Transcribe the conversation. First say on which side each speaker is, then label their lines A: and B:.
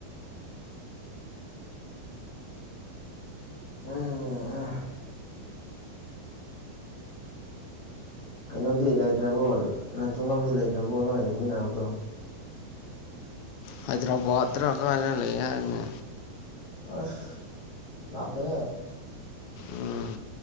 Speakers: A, on the left; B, on the left.
A: ꯎꯝ ꯀꯩꯅꯣꯗꯤ ꯂꯩꯇ꯭ꯔꯕꯣ ꯅꯆꯨꯡꯉꯝꯗꯤ ꯂꯩꯇ꯭ꯔꯕꯣ ꯅꯣꯏ ꯂꯩꯃꯤꯟꯅꯕꯗꯣ
B: ꯍꯩꯗ꯭ꯔꯕꯥꯗꯔ ꯀꯔ ꯂꯩ ꯌꯥꯔ
A: ꯑꯁ ꯂꯇꯦ
B: ꯎꯝ